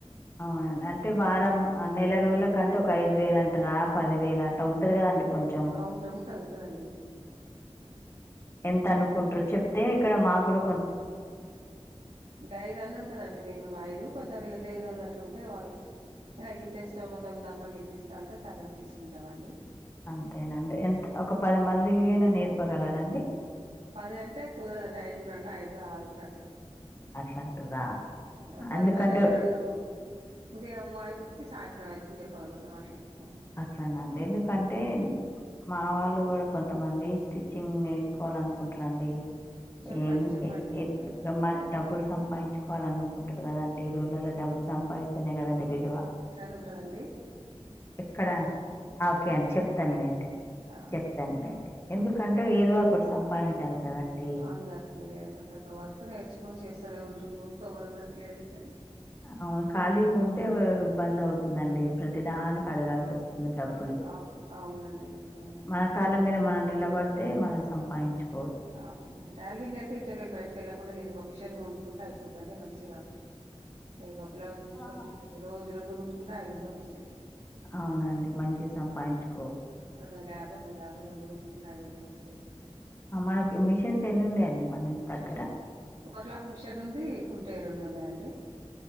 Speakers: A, on the left; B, on the right.
A: అవునండి అంటే వారం నెల రోజుల కంటే ఒక
B: ఆ
A: ఐదు వేలు అంటార పదివేలు అట్లా ఉంటది కదండి కొంచెం
B: ఆ! ఉంట ఉంటది ఉంటదండి
A: ఎంత అనుకుంటారు చె ఇక్కడ మాగుడు
B: మీ ఐదు అన్ని ఉంటదండి మినిమం ఐదు కొంతర లేనిళ్ళు అట్లా ఉంటుంది అంటే వాళ్ళ నే గింత ఇస్తా మత్తం ఉందమ్మ గింత ఇస్తా అంటే సరే అని తీసుకుంటాం అండి
A: అంతేనండి ఎంత ఒక పది మందినా నేర్పగలరాండి
B: పది అంటే కుదరదండి ఐదుగురు అన్న ఐదుగు ఆరుగురు అట్లా
A: అట్లా అంటుర్రా?
B: ఆ పది
A: ఎందుకంటే
B: మంది అయితే రెండు ఉదయం ఐదుగురికి సాయంత్రం ఐదుగురికి చెప్పగలుగుతాం అట్లా ఆ,
A: అట్లానంది ఎందుకంటే
B: ఆ,
A: మా వాళ్ళు కూడా కొంతమంది స్టిచ్చింగ్ నేర్చుకోవాల అనుకుంటున్నాండి <unintelligible>
B: చెప్పండి చెప్పండి ఆ
A: డబ్బులు సంపాదించుకోవాల అనుకుంటారు కదాండి ఈ రోజులలో డబ్బులు సంపాదస్తునే కద అ వెలువ
B: ని ఉంటదండి
A: ఇక్కడ
B: చెప్పండి
A: ఓకే
B: చెప్పండి
A: అండి చెప్తానులేండి
B: ఆ
A: చెప్తానులేండి
B: ఆ,
A: ఎందుకంటే ఏదో ఒకటి సంపాదించాలి కదండి
B: అవును కదండి లే ప్రతి ఒక్క వరకు నేర్చుకొని చేస్తూనే ఉంటారు ఊర్కవరు ఉంటారు లేడీస్ అయినా
A: అవు ఖాళీ ఉంటే ఇబ్బంది అవుతుందండి ప్రతిదానికి అడగాల్సి వస్తుంది డబ్బులు
B: ఆ, అవునండి ఆ,
A: మన కాళ్ళ మీద మనం నిలబడితే మనం సంపాదించుకో
B: ఆ టైలరింగ్ అయితి ఇంతకాలి బయటకెల్ చేే ఒక మిషన్ గా వండుకుంటే అయిపోద్దండి మంచిగా ఈ బ్లౌజ్ కుట్టుకుంట
A: ఆ
B: రోజు ఇది రెండు కుట్టుకున్నా ఐదు వందలు వస్తాయి
A: అవునండి మంచిగా సంపాదించు
B: అర లేభరం లే అభరుడు కు <unintelligible>
A: మనకి మిషన్స్ ఎన్ని ఉన్నాయ్ మన ఇంటి దగ్గర
B: ఒకలాక్ మిషన్ ఉంది కుట్టే రెండు ఉన్నాయండి